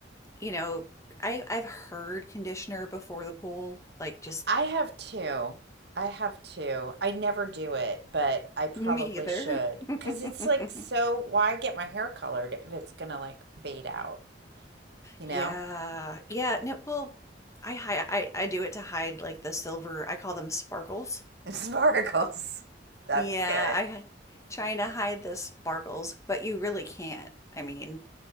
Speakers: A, on the left; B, on the right.
A: you know, I I've heard conditioner before the pool, like just
B: I have two. I have two. I never do it, but I probably
A: me either.
B: should.
A: <laughs>
B: Because it's like, so why get my hair colored if it's gonna like fade out, you
A: Yeah.
B: know?
A: Yeah, no, well, I hi I I do it to hide like the silver, I call them sparkles.
B: <laughs> Sparkles. That's
A: Yeah,
B: good.
A: I' trying to hide the sparkles, but you really can't. I mean,